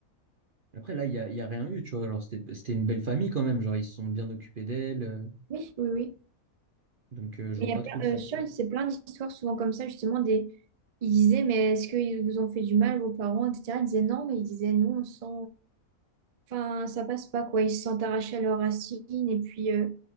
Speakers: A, on the right; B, on the right.
A: Après, là, il n'y a, il y a rien eu, tu vois. Genre, c'était, c'était une belle famille quand même. Genre, ils se sont bien occupés d'elle. euh,
B: Oui. Oui, oui.
A: donc, euh, je
B: Mais
A: vois
B: il y
A: pas
B: a plein,
A: trop le souci.
B: euh, sur- c'est plein d'histoires souvent comme ça, justement, des, ils disaient, mais est-ce qu'ils vous ont fait du mal, vos parents, etc. Ils disaient non, mais ils disaient non, on sent, enfin, ça passe pas, quoi. Ils se sentent arrachés à leurs racines et puis euh,